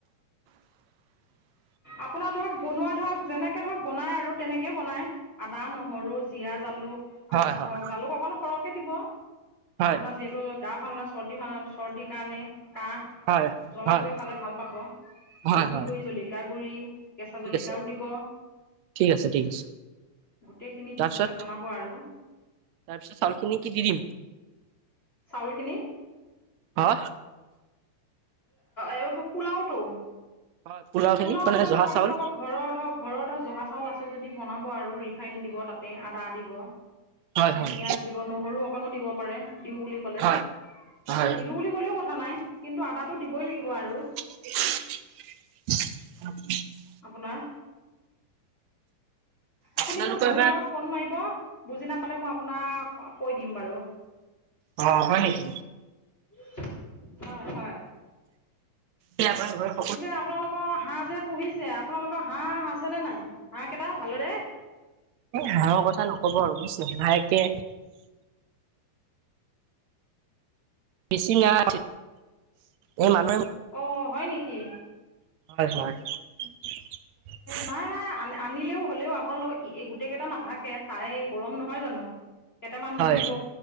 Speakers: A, on the right; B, on the left.
A: <unintelligible>
B: আপোনাৰ ধৰক বনোৱা ধৰক যেনেকে ধৰক বনায় আৰু তেনেকে বনায়। আদা, নহৰু, জীয়া, জালুক
A: হয়
B: আপোনাৰ
A: হয়
B: ধৰক জালুক অকমান সৰহকে দিব,
A: হয়
B: আপোনাৰ যি হেটো গা ভাল নাই চৰ্দি ভাল চৰ্দিৰ কাৰণে কাহ
A: হয়
B: জ্বলা
A: হয়
B: কৰি খালে ভাল পাব। হালধি
A: হয় হয়
B: গুড়ি, জলিক গুড়ি, কেঁচা
A: ঠিক
B: জলকিয়াও
A: আছে
B: দিব।
A: ঠিক আছে ঠিক আছে
B: গোটেইখিনি দি
A: তাৰপিছত
B: পেলাই বনাব আৰু।
A: তাৰপিছত চাউল খিনি কি দি দিম?
B: চাউলখিনি
A: হা?
B: এইবাৰ পোলাওতটো
A: হয় খিনি
B: পোলাও
A: মানে
B: আপোনাৰ
A: জহা
B: ধৰক আপোনালোকৰ
A: চাউল
B: ঘৰৰ ধৰক ঘৰৰ ধৰক জহা চাউল আছে যদি বনাব আৰু ৰিফাইন দিব তাতে আদা দিব।
A: হয়
B: আপুনি
A: হয়
B: পিয়াজ দিব নহৰু অকনো দিব পাৰে দিও বুলি ক'লে।
A: হয় হয়।
B: নিদো বুলি ক'লেও কথা নাই কিন্তু আদাটো দিবই লাগিব আৰু।
A: <unintelligible>
B: আপোনাৰ
A: আপোনালোকৰ
B: আপুনি মোক বনোৱা
A: এবাৰ
B: আগত ফোন মাৰিব। বুজি নাপালে মই আপোনাক কৈ দিম বাৰু।
A: অ হয় নেকি
B: হয়-হয়।
A: কি ঘৰ
B: পিছে আপোনালোকৰ হাঁহ যে পুহিছে আপোনালোকৰ হাঁহ আছেনে নাই হাঁহ কেইটা ভালেৰে?
A: হাঁহ কথা নকব আৰু বুজিছ হাঁহ অকে বেছি নাই এই মানুহে
B: অ, হয় নেকি?
A: হয়-হয়।
B: নাই-নাই আ আনিলেও হ'লেও আপোনালোকক এই গোটেই কেইটা নাথাকে তাৰে গৰম নহয় জানো। কেইটামান
A: হয়
B: মৰিব,